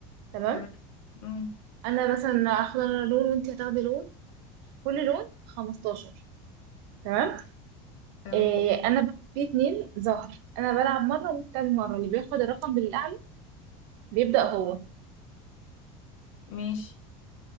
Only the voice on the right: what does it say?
تمام
انا مثلا هاخد انا لون وانت هتاخدي لون كل لون 15 تمام
إيه انا بقى في اتنين ظهر انا بلعب مره وانت بتلعب مره اللي بياخد الرقم بالاعلى بيبدا هو